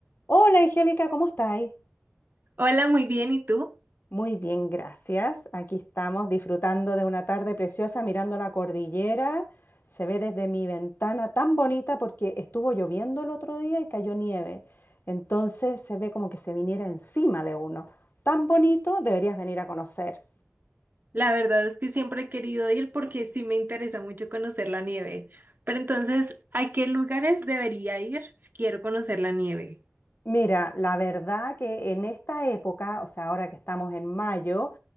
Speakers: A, on the left; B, on the right.
A: Hola Angélica, ¿cómo estáis?
B: Hola, muy bien. ¿Y tú?
A: Muy bien, gracias. Aquí estamos disfrutando de una tarde preciosa mirando la cordillera. Se ve desde mi ventana tan bonita porque estuvo lloviendo el otro día y cayó nieve. Entonces se ve como que se viniera encima de uno. Tan bonito, deberías venir a conocer.
B: La verdad es que siempre he querido ir porque sí me interesa mucho conocer la nieve. Pero entonces, ¿a qué lugares debería ir si quiero conocer la nieve?
A: Mira, la verdad que en esta época, o sea, ahora que estamos en mayo,